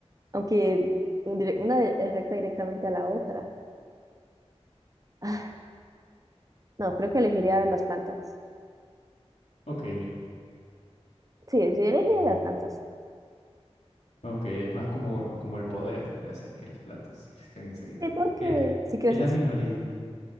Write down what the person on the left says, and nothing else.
Ok,
ok, es más como, como el poder de hacer que las plantas crezcan enseguida.
Eh,
Es la minoría,